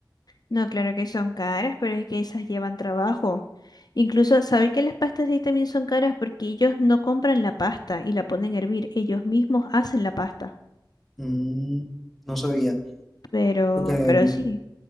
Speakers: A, on the left (about 55°); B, in the centre.
A: No, claro que son caras, pero es que esas llevan trabajo. Incluso, ¿sabe que las pastas de ahí también son caras? Porque ellos no compran la pasta y la ponen a hervir. Ellos mismos hacen la pasta.
B: Mm, no sabía.
A: Pero,
B: Porque mm,
A: pero sí.